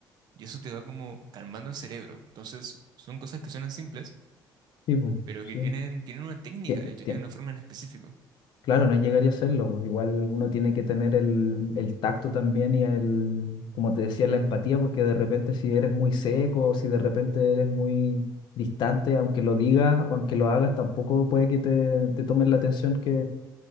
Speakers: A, on the right; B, on the left.
A: Y eso te va como calmando el cerebro. Entonces, son cosas que suenan simples,
B: Sí, po,
A: pero que
B: sí.
A: tienen, tienen una técnica,
B: Tie-
A: de hecho,
B: tie-
A: tienen una forma en específico.
B: Claro, no llegaría a serlo, po, igual uno tiene que tener el, el tacto también y el, como te decía, la empatía, porque de repente si eres muy seco o si de repente eres muy distante, aunque lo digas o aunque lo hagas, tampoco puede que te, te tomen la atención que,